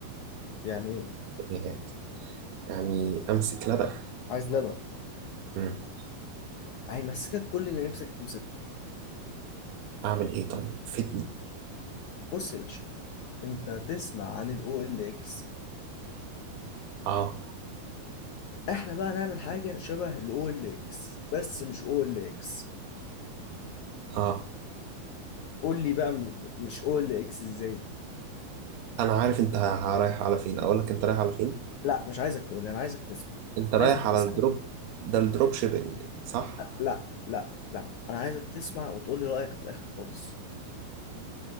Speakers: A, on the left; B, on the right.
A: يعني ايه
B: يعني يعني أمسك لبن
A: عايز لبن
B: مم.
A: هيمسكك كل اللي نفسك تمسكه
B: أعمل إيه طيب فدني
A: بص يا باشا انت تسمع عن الاو ال اكس
B: آه
A: احنا بقى نعمل حاجه شبه الاو ال اكس بس مش او ال اكس
B: آه
A: قول لي بقى م- مش او ال اكس ازاي
B: أنا عارف أنت ه- رايح على فين أقول لك أنت رايح على فين
A: لا مش عايزك تقول لي انا عايزك تسمع
B: أنت رايح
A: عايزك
B: على
A: تسمع
B: الدروب ده الدروب شيبينج صح
A: لا لا لا انا عايزك تسمع وتقول لي رايك في الاخر خالص